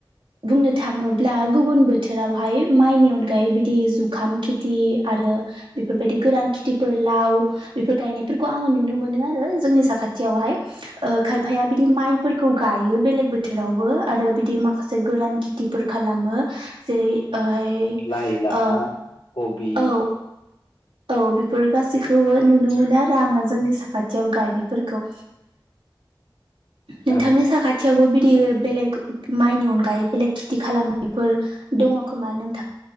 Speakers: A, on the right (about 85°); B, on the left (about 80°).
A: बुंनो थाङोब्ला गुबुन बोथोरावहाय माइनि अनगायै बिदि जुखाम खिथि आ- रो बेफोरबायदि गोरान खिथिफोर लाउ बेफोर गायनाय फोरखौ आङो नुनो मोनो आरो जोंनि साखाथियावहाय ओ खायफाया बिदि माइफोरखौ गायो बेलेग बोथोरावबो आरो बिदि माखासे गोरान खेथिफोर खालामो। जेरै हाय
B: लाइ लाफा
A: ओ
B: कबि
A: औ औ बेफोर गासैखौबो नुनो मोनो आरो आङो जोंनि साखाथियाव गायनायफोरखौ। नोंथांनि
B: औ
A: साखाथि- यावबो बिदि बेलेग माइनि अनगायै बेलेग खेथि खालामनायफोर दङ खोमा नों -